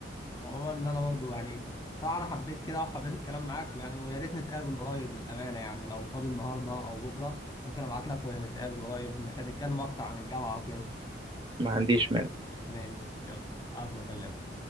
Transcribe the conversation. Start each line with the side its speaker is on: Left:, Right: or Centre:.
Left: عموما ان انا برضو يعني صراحه انا حبيت كده وحبيت الكلام معاك ويعني ويا ريت نتقابل قريب للامانه يعني لو فاضي النهارده او بكره ممكن ابعت لك ونتقابل قريب نتكلم اكتر عن الجامعه وكده
Right: ما عنديش مانع
Left: ماشي يلا اقفل واكلمك